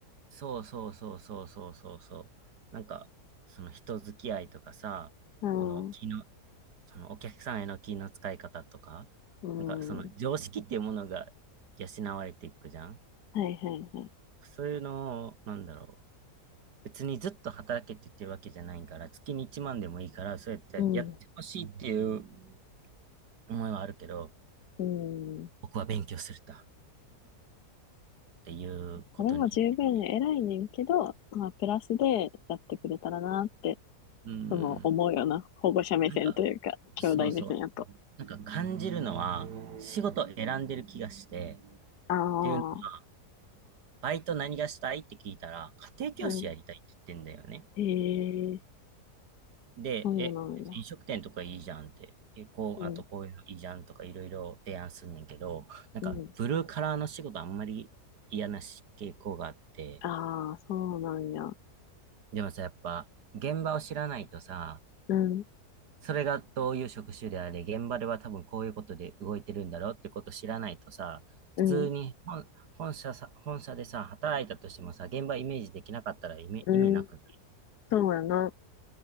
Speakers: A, on the right (about 85°); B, on the left (about 80°).
A: そうそうそうそうそうそうそう。なんか、その人付き合いとかさ、
B: うん、
A: この気の、そのお客さんへの気の使い方とか、
B: うん。
A: なんかその常識っていうものが養われていくじゃん。
B: はいはいはい。
A: そういうのを、なんだろう。別にずっと働けって言ってるわけじゃないから、月に1万でもいいから、そうやってやってほしいっていう
B: うん、
A: 思いはあるけど、
B: うん。
A: 僕は勉強するんだっていうことに言って
B: それも十分偉いねんけど、まあ、プラスでやってくれたらなって、
A: うん。
B: その思うよな。保護者目線というか、
A: なんか、
B: 兄弟目線やと。
A: そうそう。なんか感じるのは、仕事選んでる気がして、
B: ああ、
A: っていうのは、バイト何がしたいって聞いたら、家庭教師やりたいって言ってんだよね。
B: うん。へえ、
A: で、
B: そうなんや。
A: え、飲食店とかいいじゃんって、え、こう、
B: うん、
A: あとこういうのいいじゃんとかいろいろ提案すんねんけど、なんか、
B: うん。
A: ブルーカラーの仕事あんまり嫌なし傾向があって、
B: ああ、そうなんや。
A: でもさ、やっぱ、現場を知らないとさ、
B: うん、
A: それがどういう職種であれ、現場では多分こういうことで動いてるんだろうってことを知らないとさ、
B: うん、
A: 普通に本、本社さ、本社でさ、働いたとしてもさ、現場イメージできなかったら意味、
B: うん、
A: 意味なくない
B: そうやな。